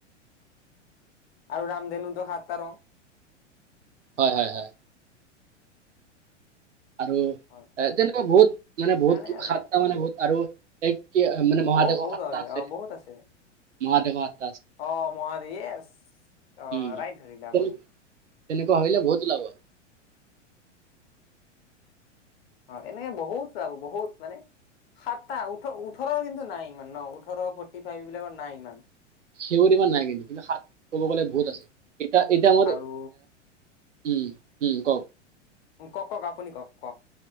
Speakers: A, on the left; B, on the right.
A: আৰু ৰামধেনুটো সাত ৰং৷
B: হয়-হয়-হয়৷ আৰু
A: হয়
B: এ তেনেকুৱা বহুত মানে
A: সেইকাৰণে
B: বহুত
A: আৰু
B: সাতটা মানে বহুত আৰু এক কি মানে মহাদেশো
A: বহুত বহুত
B: সাতটা আছে
A: অ বহুত আছে
B: মহদেশো
A: অ মহাদেশ অ ইয়েছ
B: উম
A: ৰাইট ধৰিলে
B: তেনে-
A: আপুনি৷
B: তেনেকুৱা ভাবিলে বহুত ওলাব৷
A: অ এনে বহুত ওলাব বহুত মানে৷ সাতটা ওঠ ওঠৰ কিন্তু নাই ইমান নাই ওঠৰ ফৰটিফাইভ বিলাকৰ নাই ইমান
B: সেউৰ ইমান নাই কিন্তু-কিন্তু হাত কব গ'লে বহুত
A: উম
B: আছে এতা-এতা মোৰ
A: আৰু
B: এ উম-উম কওক
A: কওক-কওক আপুনি কওক-কওক৷